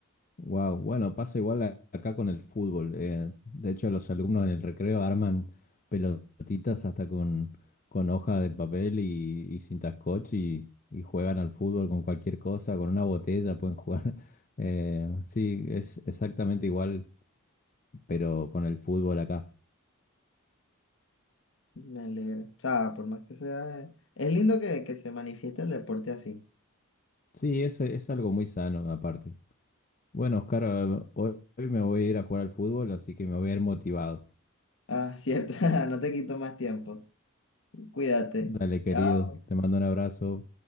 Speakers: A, on the left; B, on the left.
A: Wow, bueno, pasa igual a- acá con el fútbol. eh, de hecho, los alumnos en el recreo arman pelotitas hasta con, con hoja de papel y, y cinta scotch y, y juegan al fútbol con cualquier cosa, con una botella pueden jugar. <laughs> Eh, sí, es exactamente igual, pero con el fútbol acá.
B: Me alegra. O sea, por más que sea, eh, es lindo que, que se manifieste el deporte así.
A: Sí, es, es algo muy sano aparte. Bueno, Oscar, eh, hoy, hoy me voy a ir a jugar al fútbol, así que me voy a ir motivado.
B: Ah, cierto, <laughs> no te quito más tiempo. Cuídate.
A: Dale, querido,
B: Chao.
A: te mando un abrazo.